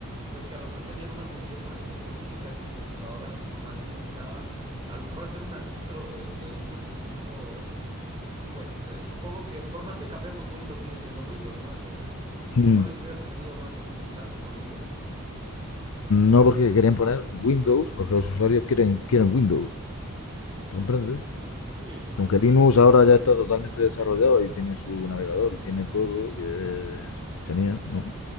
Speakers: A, on the right; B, on the left.
A: pues que a lo mejor tenían una función más específica, estas computadoras más limitada, a lo mejor hacer una distro de, de Linux un poquito, pues eh, supongo que por más que capemos Windows sigue siendo Windows, ¿no? Entonces,
B: Mm.
A: ¿no les hubiera convenido más optimizarlo con Linux?
B: No porque querían poner Windows, porque los usuarios quieren, quieren Windows. comprendes
A: Sí, sí, sí,
B: Aunque
A: pues
B: Linux
A: es
B: ahora
A: ya.
B: ya está totalmente desarrollado y tiene su navegador y tiene todo, que es genial, ¿no?